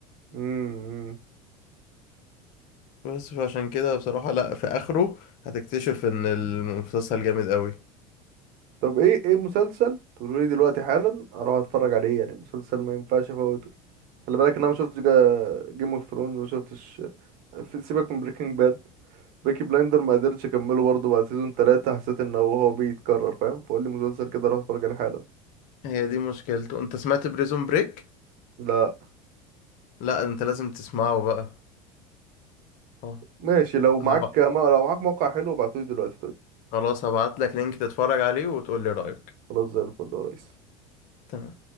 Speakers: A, on the right; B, on the left.
A: مم.
B: بس فعشان كده بصراحة لا في آخره هتكتشف إن المسلسل جامد قوي
A: طب ايه ايه مسلسل تقولوا لي دلوقتي حالا اروح اتفرج عليه يعني مسلسل ما ينفعش افوته خلي بالك ان انا ما شفتش جيم اوف ثرونز وما شفتش في سيبك من بريكنج باد بيكي بلايندر ما قدرتش اكمله برضه بعد سيزون ثلاثة حسيت ان هو هو بيتكرر فاهم فقول لي مسلسل كده راح اتفرج عليه حالا
B: هي دي مشكلته أنت سمعت بريزون بريك؟
A: لا
B: لا أنت لازم تسمعه بقى اه
A: ماشي لو معاك
B: هبقى
A: ما... لو معاك موقع حلو ابعتولي دلوقتي طيب
B: خلاص هبعت لك لينك تتفرج عليه وتقول لي رأيك
A: خلاص زي الفل يا ريس
B: تمام